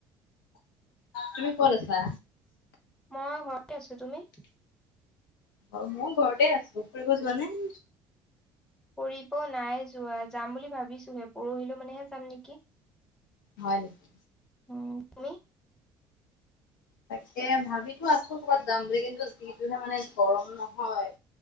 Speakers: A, on the left; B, in the centre.
A: তুমি কত আছা?
B: মই ঘৰতে আছো তুমি?
A: অ মই ঘৰতে আছো ফুৰিব যোৱা নাই?
B: ফুৰিব নাই যোৱা যাম বুলি ভাবিছোহে পৰহিলেও মানেহে যাম নেকি,
A: হয় নেকি
B: অ তুমি
A: তাকে ভাবিতো আছোঁ ক'ৰবাত যাম বুলি কিন্তু যিটোহে মানে গৰম নহয়